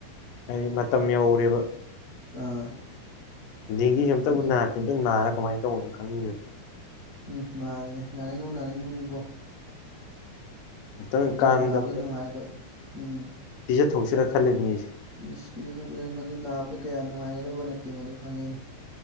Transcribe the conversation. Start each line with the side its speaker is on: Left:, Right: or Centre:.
Left: ꯍꯥꯏꯗꯤ ꯃꯇꯝ ꯌꯧꯔꯦꯕ
Right: ꯑꯥ
Left: ꯗꯦꯡꯒꯤꯁꯨ ꯑꯝꯇꯕꯨ
Right: ꯑꯗꯨꯅꯤ
Left: ꯅꯥꯔꯗꯤ ꯑꯝꯇ ꯅꯥꯔꯒ ꯀꯃꯥꯏꯅ ꯇꯧꯕꯅꯣ ꯈꯪꯅꯤꯡꯉꯤꯅꯦ
Right: ꯎꯝ ꯃꯥꯅꯤꯅꯦ ꯅꯅꯤꯡꯉꯨꯅꯣ ꯏꯕꯣ
Left: ꯑꯝꯇꯪ
Right: ꯑꯗꯨ
Left: ꯀꯥꯡꯗ
Right: ꯅꯥꯕꯗ ꯅꯨꯡꯉꯥꯏꯒꯗ ꯎꯝ
Left: ꯄꯤꯖꯊꯣꯛꯁꯤꯔ ꯈꯜꯂꯤꯕꯅꯤ ꯑꯩꯁꯦ
Right: ꯏꯁ <unintelligible> ꯃꯗꯨ ꯅꯥꯕꯗ ꯀꯌꯥ ꯅꯨꯡꯉꯥꯏꯒꯗꯕ ꯅꯠꯇꯦ ꯃꯗꯨ ꯈꯪꯉꯤ ꯑꯩꯅ